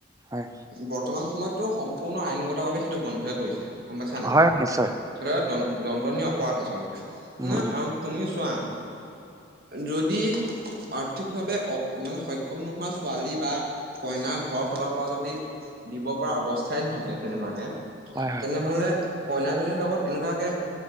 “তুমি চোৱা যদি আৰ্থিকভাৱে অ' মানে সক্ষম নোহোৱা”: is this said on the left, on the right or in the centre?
Right